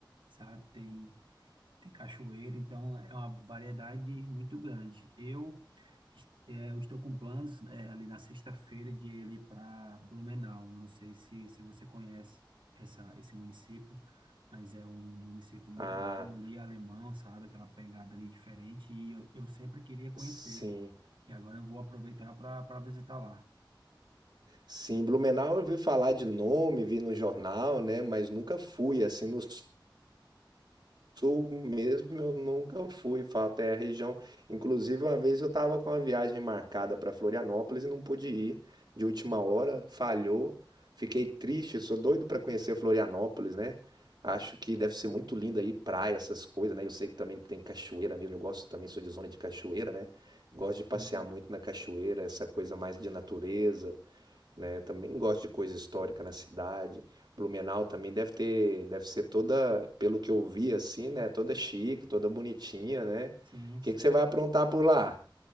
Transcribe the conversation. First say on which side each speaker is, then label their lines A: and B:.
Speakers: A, on the right (about 75°); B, on the right (about 60°).
A: sabe? Tem tem cachoeira, então é uma variedade muito grande. Eu, é, eu estou com planos, é, ali na sexta-feira de ir ali para Blumenau. Não sei se, se você conhece essa, esse município, mas é um município muito
B: ah,
A: bom ali alemão, sabe? Aquela pegada ali diferente e eu, eu sempre queria conhecer.
B: sim.
A: E agora eu vou aproveitar para para visitar lá.
B: Sim, Blumenau eu vi falar de nome, vi no jornal, né? Mas nunca fui assim nos Sul mesmo eu nunca fui, falo, até a região. Inclusive, uma vez eu estava com uma viagem marcada para Florianópolis e não pude ir de última hora, falhou. Fiquei triste, sou doido para conhecer Florianópolis, né? Acho que deve ser muito lindo aí, praia, essas coisas, né? Eu sei que também tem cachoeira mesmo, eu gosto também, sou de zona de cachoeira, né? Gosto de passear
A: Sim,
B: muito na cachoeira, essa coisa mais de natureza né? Eu também gosto de coisa histórica na cidade. Blumenau também deve ter, deve ser toda, pelo que eu vi assim, né? Toda chique, toda bonitinha, né?
A: sim,
B: O
A: sim.
B: que que você vai aprontar por lá?